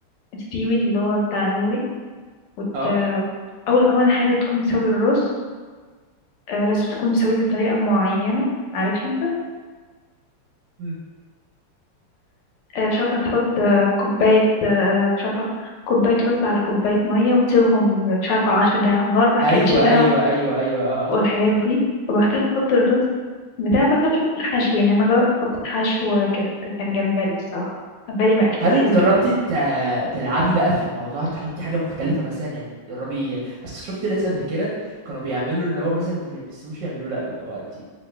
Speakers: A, on the left; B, on the right.
A: السي ويد اللي هو بتاع النوري وت...
B: اه
A: اول اول حاجه تكون مسوي الرز آه لازم تكون مسويه بطريقه معينه عارف انت
B: مم.
A: آه مش عارفه تحط آه كوبايه آه مش عارفه كوبايه رز على كوبايه ميه وتسيبهم مش عارفه عشر دقايق على النار بعد
B: ايوه
A: كده تشيلها
B: ايوه ايوه ايوه اه آه.
A: والحاجات دي وبعد كده تحط الرز بتاع بقى كده تحط الحشو يعني انا جربت احط الحشو كانت كان جمبري الصراحه جمبري مقلي كان
B: هل
A: حلو
B: جربتي
A: جدا
B: تع- تلعبي بقى في الموضوع تحطي حاجة مختلفة مثلا يعني تجربي اصل شفت ناس قبل كده كانوا بيعملوا اللي هو مثلا في السوشي يعملوه لا اللي هو انت